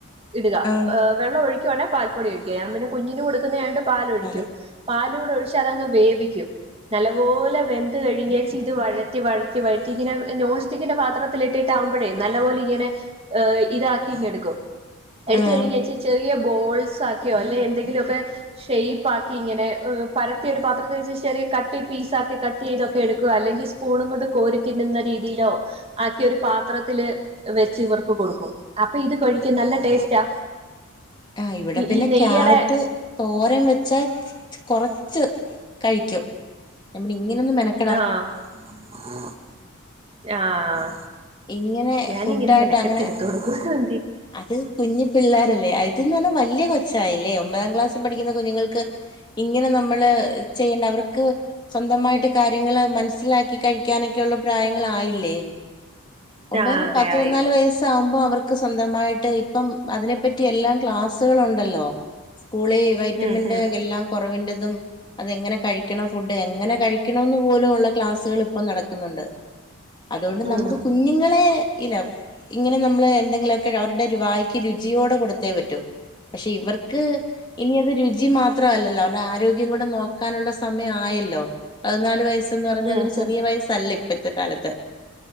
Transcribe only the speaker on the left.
ആഹ്
പോലെ
ആഹ്
ആഹ് ഇവിടെ പിന്നെ
ക്യാരറ്റ് തോരൻ വെച്ചാ കൊറച്ച് കഴിക്കും ഇങ്ങനൊന്നും മെന-
ഇങ്ങനെ
ഫുഡായിട്ട്
അങ്ങനെ
അത് കുഞ്ഞു പിള്ളേരല്ലേ ഇതെന്ന് പറഞ്ഞാൽ വല്യ കൊച്ചായില്ലേ ഒമ്പതാം ക്ലാസ്സിൽ പഠിക്കുന്ന കുഞ്ഞുങ്ങൾക്ക്- ഇങ്ങനെ നമ്മള് ചെയ്യേണ്ട അവർ- ക്ക് സ്വന്തമായിട്ട് കാര്യങ്ങള് മനസ്സിലാക്കി കഴിക്കാനൊക്കെയുള്ള പ്രായങ്ങളായില്ലേ ഒമ്പതാം
പത്ത് പതിന്നാല്
വയസ്സ്- ആകുമ്പൊ അവർക്ക് സ്വന്തമായിട്ട് ഇപ്പം അതിനെപ്പറ്റി എല്ലാം ക്ലാസ്സുകള് ഉണ്ടല്ലോ സ്കൂളി വൈറ്റമിന്റെ
എല്ലാം കുറവിൻ്റെതും അതെങ്ങനെ കഴിക്കണം ഫുഡ് എങ്ങനെ കഴിക്കണോന്ന് പോലുമു ള്ള ക്ലാസ്സുകൾ ഇപ്പം നടക്കുന്നുണ്ട് അതുകൊണ്ട്
നമുക്ക് കുഞ്ഞുങ്ങളെ ഇല്ല ഇങ്ങനെ നമ്മള് എന്തെങ്കിലുമൊക്കെ അവരുടെ ഒരു വായി- ക്ക് രുചിയോടെ കൊടുത്തേ പറ്റൂ പക്ഷെ ഇവർക്ക് ഇനി അത് രുചി മാത്രല്ലല്ലോ അവരുടെ ആരോഗ്യം കൂടെ നോക്കാനുള്ള സമയം ആയല്ലോ പതിനാല് വയസ് എന്ന് പറഞ്ഞ
അതൊരു ചെറിയ
വയസ്സല്ല ഇപ്പൊഴത്തെ കാലത്ത്